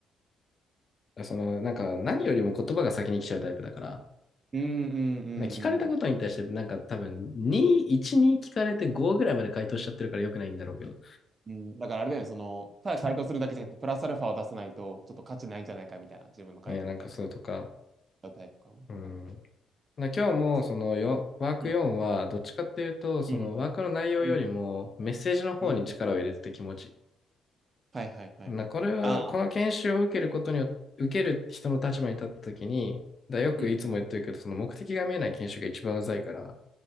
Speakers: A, on the left; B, on the right.
A: 度。その、なんか何よりも言葉が先に来ちゃうタイプだから、
B: うんうんうんうん。
A: ね聞かれたことに対して、なんか多分、2、1、2聞かれて5ぐらいまで回答しちゃってるから良くないんだろうけど。
B: うんだからあれだよね、その、ただ回答するだけじゃなくて、プラスアルファを出さないと、ちょっと価値ないんじゃないかみたいな、自分の回答に対して
A: ね、なんかそうとか、
B: のタイプかな。
A: うん。
B: わかんないけど。
A: な今日も、
B: そ
A: そのよ、ワーク4は、
B: うあ
A: どっちかっていうと、そのワークの内容よりも、
B: うん、うん、
A: メッセージの方に力を入れてて気持ち
B: うん。はいはいはいはいはい。
A: な、これは、
B: ああ、
A: この研修を受けることによって、受ける人の立場に立ったときに、だ、よくいつも言ってるけど、
B: うん。
A: その目的が見えない研修が一番うざいから、